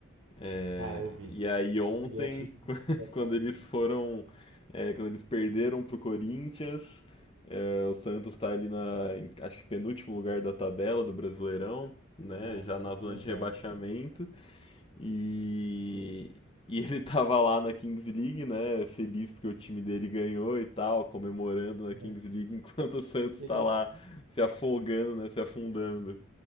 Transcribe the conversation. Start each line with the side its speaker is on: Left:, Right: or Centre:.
Left: É,
Right: Cara, eu vi.
Left: e aí ontem,
Right: E eu achei muito
Left: <laughs>
Right: engraçado.
Left: quando eles foram, é, quando eles perderam pro Corinthians, é, o Santos tá ali na, em, acho que penúltimo lugar da tabela do Brasileirão, né,
Right: É,
Left: já
Right: a
Left: na
Right: vice-lanterna.
Left: zona de rebaixamento, e, e <laughs> ele tava lá na Kings League, né, feliz porque o time dele ganhou e tal, comemorando na Kings
Right: É.
Left: League, <laughs> enquanto o Santos
Right: Ele.
Left: tá lá se afogando, né, se afundando.